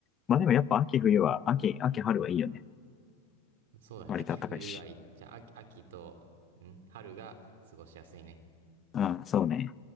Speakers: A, on the left; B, on the right.
A: まあでもやっぱ秋冬は、秋、秋春はいいよね。
B: そうだね。
A: 割と暖かいし。
B: 秋冬がいい、じゃあ秋、秋と、ん春が過ごしやすいね。
A: うん、そうね。